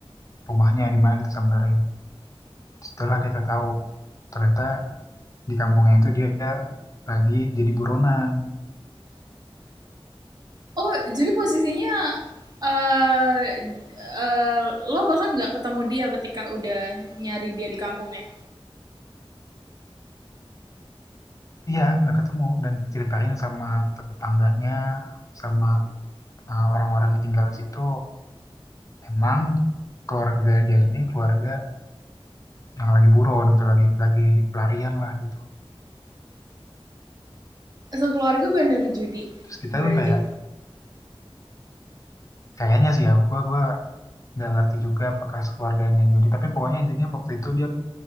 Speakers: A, on the left; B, on the right.
A: rumahnya di mana kita samperin. Setelah kita tahu ternyata di kampungnya itu dia lagi jadi buronan.
B: oh jadi posisinya eh eh, lo bahkan nggak ketemu dia ketika udah nyari dia di kampungnya
A: Iya, nggak ketemu dan ceritain sama tetangganya, sama eh, orang-orang yang tinggal di situ. Emang keluarga dia ini keluarga yang lagi buron gitu, lagi lagi pelarian lah gitu.
B: sekeluarga bandar judi
A: Terus kita
B: berarti
A: tuh kayak Kayaknya sih ya, gue gua nggak ngerti juga apakah sekeluarganya Jody. Tapi pokoknya intinya waktu itu dia